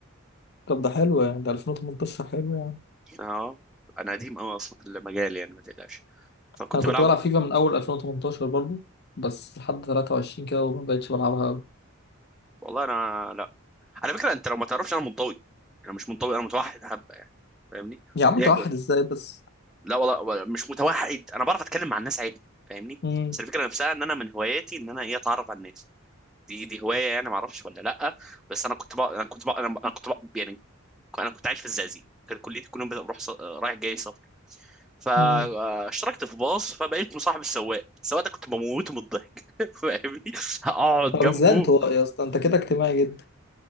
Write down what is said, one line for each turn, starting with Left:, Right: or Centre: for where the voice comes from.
Left: طب ده حلو يعني ده 2018 حلو
Centre: اه انا قديم قوي اصلا في المجال يعني ما تقلقش فكنت
Left: انا كنت
Centre: بلعب
Left: بلعب فيفا من اول 2018 برضو بس لحد 23 كده وما بقتش بلعبها قوي
Centre: والله انا لا على فكره انت لو ما تعرفش انا منطوي انا مش منطوي انا متوحد حبه يعني فاهمني
Left: يا عم
Centre: ليه
Left: متوحد
Centre: جو-
Left: ازاي بس
Centre: لا والله ولا- مش متوحد انا بعرف اتكلم مع الناس عادي فاهمني
Left: امم
Centre: بس الفكره نفسها ان انا من هواياتي ان انا ايه اتعرف على الناس دي دي هوايه يعني ما اعرفش ولا لا بس انا كنت بقى انا كنت بقى انا أنا كنت بقى يعني انا كنت عايش في الزقازيق كان كليتي كل يوم بروح ص... رايح جاي سفر فاشتركت
Left: امم
Centre: في باص فبقيت مصاحب السواق السواق ده كنت بموته من الضحك <laughs> فاهمني اقعد
Left: طب
Centre: جنبه
Left: ازاي انطوائي يا اسطى انت كده اجتماعي جدا